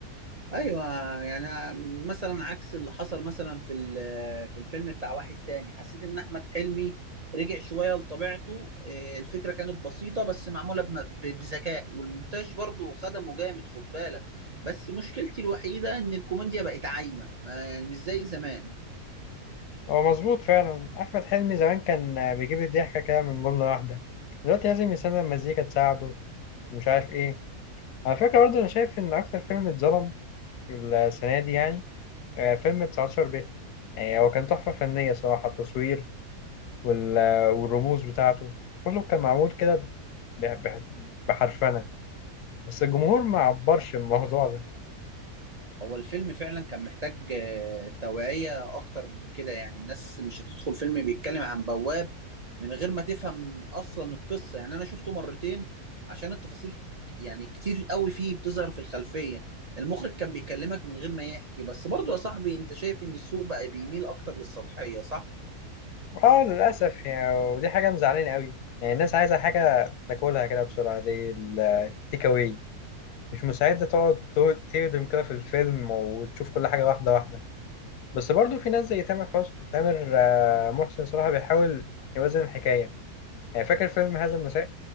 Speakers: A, on the right (about 40°); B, on the left (about 90°).
A: ايوه يعني مثلا عكس اللي حصل مثلا في ال- آه، في الفيلم بتاع واحد تاني حسيت ان احمد حلمي رجع شويه لطبيعته إيه، الفكره كانت بسيطه بس معموله بم- ب- بذكاء والمونتاج برضو خدمه جامد خد بالك بس مشكلتي الوحيده ان الكوميديا بقت عايمه ما- يعني مش زي زمان
B: هو مظبوط فعلا أحمد حلمي زمان كان بيجيب الضحكة كده من جملة واحدة دلوقتي لازم يستخدم مزيكا تساعده مش عارف ايه على فكرة برضه أنا شايف إن أكتر فيلم اتظلم السنة دي يعني آه، فيلم 19 ب يعني هو كان تحفة فنية صراحة التصوير وال- والرموز بتاعته كله كان معمول كده بح- بح- بحرفنة بس الجمهور ما عبرش الموضوع ده
A: هو الفيلم فعلا كان محتاج آه، توعية أكتر من كده يعني الناس مش هتدخل فيلم بيتكلم عن بواب من غير ما تفهم أصلا القصة يعني أنا شفته مرتين عشان التفاصيل يعني كتير قوي فيه بتظهر في الخلفية المخرج كان بيكلمك من غير ما يحكي بس برضو يا صاحبي أنت شايف إن السوق بقى بيميل أكتر للسطحية صح؟
B: اه للأسف يعني ودي حاجة مزعلانة قوي يعني الناس عايزة حاجة تاكلها كده بسرعة زي التيك أواي مش مستعدة تقعد تو- تهضم كده في الفيلم وتشوف كل حاجة واحدة واحدة بس برضو في ناس زي تامر حسن تامر آه، محسن صراحة بيحاول يوازن الحكاية يعني فاكر فيلم هذا المساء